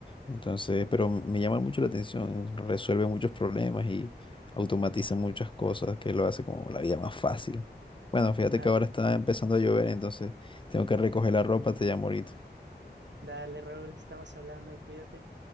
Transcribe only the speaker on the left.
Entonces, pero m- me llama mucho la atención, resuelve muchos problemas y automatiza muchas cosas que lo hace como la vida más fácil. Bueno, fíjate
que ahora está empezando a llover, entonces tengo que recoger la ropa, te llamo ahorita.